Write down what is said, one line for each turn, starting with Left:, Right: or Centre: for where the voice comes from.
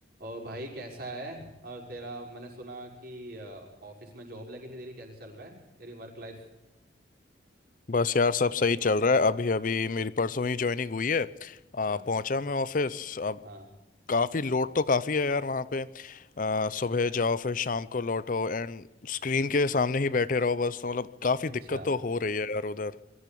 Right: और भाई कैसा है और तेरा मैंने सुना कि अ, ऑफिस में जॉब लगी थी तेरी कैसे चल रहा है तेरी वर्क लाइफ
Left: बस यार सब सही चल रहा है अभी अभी मेरी परसों ही ज्वाइनिंग हुई है
Right: अच्छा
Left: आ, पहुंचा मैं ऑफिस अब
Right: हाँ
Left: काफ़ी लोड तो काफ़ी है यार वहाँ पे आ, सुबह जाओ फिर शाम को लौटो एंड स्क्रीन के सामने ही बैठे रहो बस तो मतलब काफ़ी
Right: अच्छा
Left: दिक्कत तो हो रही है यार उधर